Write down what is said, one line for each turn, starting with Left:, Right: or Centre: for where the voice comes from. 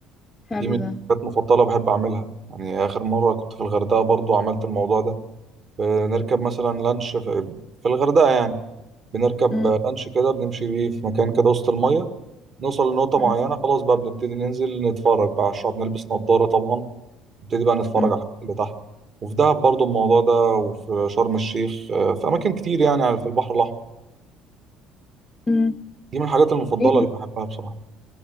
Left: حلو
Right: دي من
Left: ده
Right: الحاجات المفضلة بحب أعملها يعني آخر مرة كنت في الغردقة برضو عملت الموضوع ده بنركب مثلا لانش في, في الغردقة يعني بنركب
Left: مم،
Right: لانش كده بنمشي بيه في مكان كده وسط المية نوصل لنقطة
Left: مم،
Right: معينة خلاص بقى بنبتدي ننزل نتفرج بقى على الشعب نلبس نضارة طبعا نبتدي بقى نتفرج
Left: مم،
Right: على الحاجات اللي تحت وفي دهب برضو الموضوع ده وفي شرم الشيخ آه، في أماكن كتير يعني في البحر الأحمر
Left: مم.
Right: دي من الحاجات المفضلة
Left: ايه
Right: اللي
Left: ده؟
Right: بحبها بصراحة